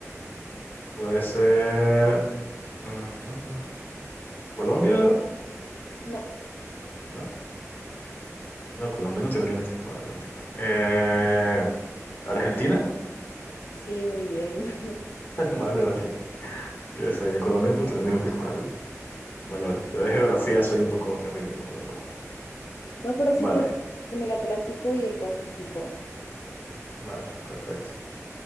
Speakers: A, on the left; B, on the left.
A: puede ser mm, mm, mm. Colombia,
B: No,
A: no, no, Colombia no tiene límites con el Atlántico. Eh, Argentina,
B: sí, muy bien. <laughs>
A: <laughs> vale, vale. Yo decía que Colombia no tiene límites con el Atlántico. Vale, vale. Yo de geografía soy un poco terrible, como lo puedo.
B: No, pero
A: Vale,
B: sí tenemos con el Atlántico y el Pacífico.
A: vale, perfecto.